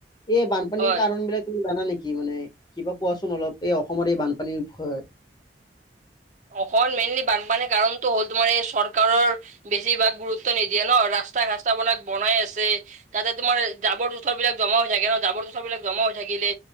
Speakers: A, on the left; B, on the right.
A: এই বানপানীৰ
B: হয়
A: ক কাৰণ বিলাক জানা নেকি মানে কিবা কোৱাচোন অলপ এই অসমৰ এই বানপানীৰ বিষয়ে,
B: অসম মেইনলি বানপানীৰ কাৰণতটো হ'ল তোমাৰ এই চৰকাৰৰ বেছিভাগ গুৰুত্ব নিদিয়ে ন ৰা ৰাস্তা খাস্তা বানাক বনাই আছে তাতে তোমাৰ জাবৰ জোথৰ বিলাক জমা হৈ থাকে ন জাবৰ জোথৰ বিলাক জমা হৈ থাকে। লাগিলে